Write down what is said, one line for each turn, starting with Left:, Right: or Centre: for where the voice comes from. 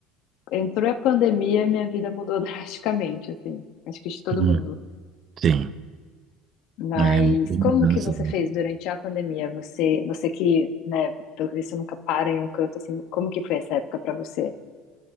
Left: entrou a pandemia, e minha vida mudou <laughs> drasticamente, assim. Acho que de todo
Right: Uhum.
Left: mundo.
Right: Sim.
Left: Mas
Right: É, muita
Left: como
Right: mudança.
Left: que você
Right: né?
Left: fez durante a pandemia? Você, você que, né, pelo visto nunca para em um canto, assim, como que foi essa época pra você?